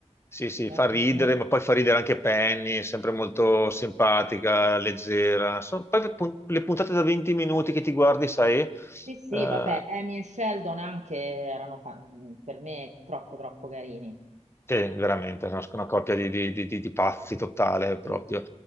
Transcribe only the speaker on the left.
sì, sì,
fa ridere,
ma poi fa ridere anche Penny, sempre molto simpatica, leggera. Sono- poi pun- le puntate da 20 minuti che ti guardi, sai...
Eh,
Che veramente, è una, una coppia di, di- di- di- di pazzi totale proprio.